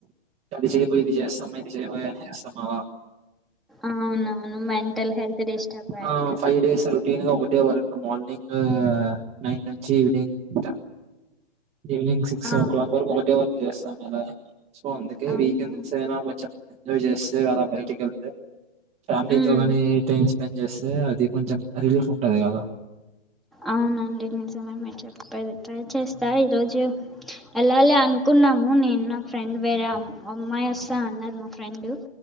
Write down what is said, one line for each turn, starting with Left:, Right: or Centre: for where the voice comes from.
Right: అది జే పోని ఇది
Centre: హ్మ్.
Right: చేస్తామా ఇది చేస్తాం బోయి అని చేస్తావా
Centre: అవునవును మెంటల్ హెల్త్ డిస్టర్బ్ ఆయితది
Right: ఆ! డేస్ రొటీన్ గా ఒకటే వరకు మార్నింగ్ నైన్ నుంచి ఈవినింగ్ ఉంటా ఈవినింగ్ సిక్ క్స్
Centre: ఆ!
Right: క్లాక్ వరకు ఒకటే వర్క్ చేస్తాం ఇలా సో అందుకే
Centre: అవునా
Right: వీకెండ్స్ అయినా కొంచెం ఎంజాయ్ చేస్తే అలా బయటికి వెళ్తే ఫ్యామిలీతోో
Centre: ఉమ్
Right: కాని టైం స్పెండ్ చేస్తే అది కొంచెం రిలీఫ్ ఉంటాది గాదా
Centre: అవునండి నిజమే మీరు చెప్పేది ట్రై చేస్తా ఈ రోజు వెళ్లాాలి అనుకున్నాము నేను నా ఫ్రెండ్ వేరేమ్ అమ్మాయి ఆసాను అన్నారు మా ఫ్రెండు